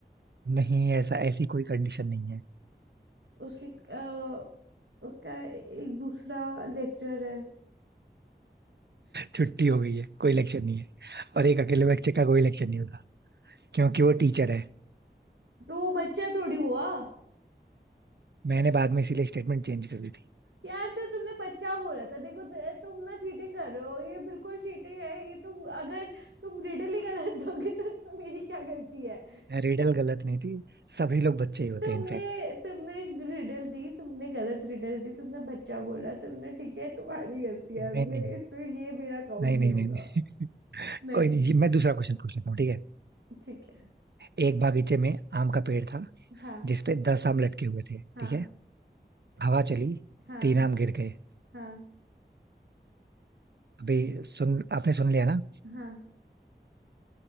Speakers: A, on the right; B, on the right.
A: नहीं ऐसा ऐसी कोई कंडीशन नहीं है
B: उसकी अ, उसका एक दूसरा लेक्चर है
A: छुट्टी हो गई है कोई इलेक्शन नहीं है और एक अकेले बच्चे का कोई इलेक्शन नहीं होगा क्योंकि वो टीचर है
B: तो वो बच्चा थोड़ी हुआ
A: मैंने बाद में इसीलिए स्टेटमेंट चेंज कर दी थी
B: यार तो तुमने बच्चा बोला था देखो त- तुम ना चीटिंग कर रहे हो ये बिल्कुल चीटिंग है ये तुम अगर तुम रिडल ही गलत दोगे तो इसमें मेरी क्या गलती है
A: रिडल गलत नहीं थी सभी लोग बच्चे ही होते
B: तुमने
A: हैं इनफैक्ट
B: तुमने रिडल दी तुमने गलत रिडल दी तुमने बच्चा बोला तुमने ठीक है तुम्हारी गलती है अब
A: नहीं
B: ये
A: नहीं
B: इस पे ये मेरा काउंट
A: नहीं
B: नहीं
A: नहीं
B: होगा
A: नहीं नहीं।
B: नहीं
A: कोई नहीं ये मैं दूसरा क्वेश्चन पूछ लेता हूँ ठीक है
B: ठीक है
A: एक बागीचे में आम का पेड़ था
B: हाँ
A: जिसपे दस आम लटके हुए थे
B: हाँ
A: ठीक है हवा चली
B: हाँ
A: तीन आम गिर गए
B: हाँ
A: अभी सुन आपने सुन लिया ना
B: हाँ